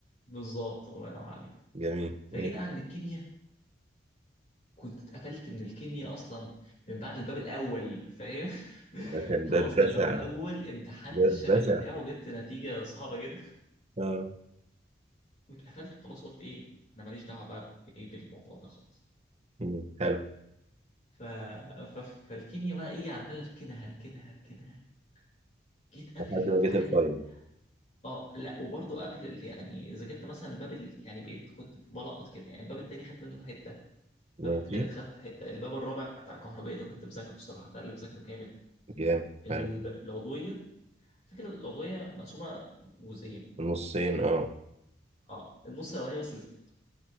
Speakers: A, on the left; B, on the right.
A: بالظبط الله ينور عليك
B: جميل
A: فجينا
B: ماشي.
A: عند الكيمياء كنت اتقفلت من الكيمياء اصلا من بعد الباب الاول فاهم <laughs>
B: ده كان
A: خلصت
B: باب بشع
A: الباب الاول امتحنت
B: باب
A: الشامل
B: بشع
A: بتاعه جبت نتيجه صعبه جدا
B: اه
A: واتقفلت وخلاص قلت ايه انا ماليش دعوه بقى بايه بالموضوع ده خالص
B: مم. حلو
A: ف... ف... فالكيميا بقى ايه عمال اركنها اركنها اركنها جيت قبل
B: لحد
A: الامتحان
B: ما جيت الفاينل
A: اه لا وبرضه قبل ال- يعني ذاكرت مثلا الباب ال... يعني بقيت كنت بلقط كده يعني الباب التاني خدت منه حته الباب
B: ماشي
A: التالت خدت حته الباب الرابع بتاع كهربائي ده كنت بذاكره الصراحه ده اللي بذاكره كامل
B: جامد
A: الب...
B: حلو
A: العضويه فكرة العضويه مقسومه جزئين
B: نصين اه
A: اه النص الاولاني بس اللي ذاكرته